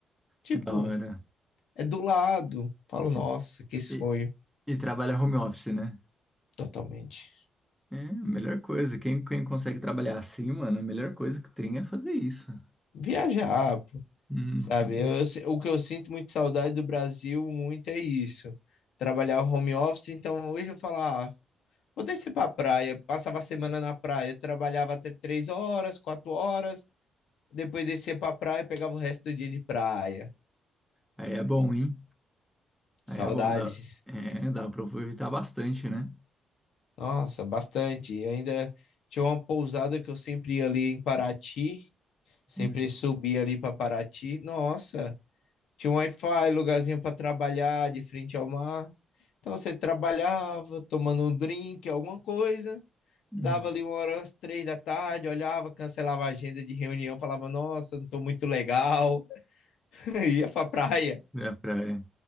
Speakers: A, on the left (about 75°); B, in the centre.
A: Tipo,
B: Que da hora.
A: é do lado. Falo, nossa,
B: E,
A: que sonho,
B: e- e trabalha home office, né?
A: totalmente.
B: É, a melhor coisa. Quem, quem consegue trabalhar assim, mano, a melhor coisa que tem é fazer isso, né?
A: Viajar, pô,
B: Uhum.
A: sabe? Eu, eu se- o que eu sinto muito saudade do Brasil, muito é isso. Trabalhar home office, então hoje eu falo, ah, Vou descer pra praia, passava a semana na praia, trabalhava até três horas, quatro horas, depois descia pra praia, e pegava o resto do dia de praia.
B: Aí é bom, hein? Aí
A: Saudades.
B: é bom. Dá, é, dá para aproveitar bastante, né?
A: Nossa, bastante. Eu ainda tinha uma pousada que eu sempre ia ali em Paraty, sempre
B: Uhum.
A: subia ali pra Paraty. Nossa, tinha um Wi-Fi, lugarzinho pra trabalhar de frente ao mar. Então você trabalhava, tomando um drink, alguma coisa.
B: Uhum.
A: Dava ali uma hora, umas três da tarde, olhava, cancelava a agenda de reunião, falava, nossa, não tô muito legal, <laughs> ia pra praia.
B: É, pra- é.